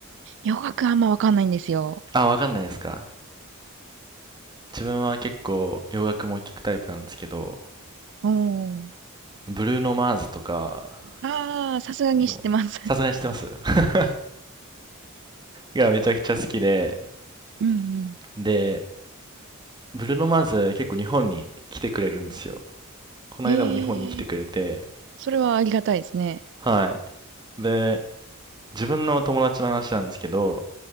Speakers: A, on the right; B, on the right.
A: 洋楽あんまわかんないんですよ。
B: あ、わかんないですか。自分は結構洋楽も聞くタイプなんですけど、
A: おー。
B: ブルーノ・マーズとか、
A: ああ、さすがに知ってます。
B: もう、
A: <laughs>
B: さすがに知ってます <laughs> がめちゃくちゃ好きで、
A: うんうん。
B: で、ブルーノ・マーズ結構日本に来てくれるんですよ。この間も日本に来てくれて、
A: へえ、それはありがたいですね。
B: はい。で、自分の友達の話なんですけど、